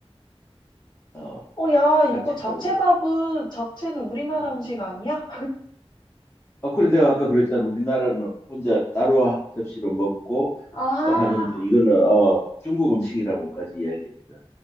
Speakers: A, on the left; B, on the left.
A: 어,
B: 어, 야, 이거
A: 잡채밥에.
B: 잡채밥은, 잡채는 우리나라
A: 음.
B: 음식 아니야?
A: 어, 그래 내가 아까 그랬잖아. 우리나라는 혼자 따로 하- 접시로 먹고
B: 아,
A: 어, 하는데 이거는 어, 중국 음식이라고까지 이야기했잖아.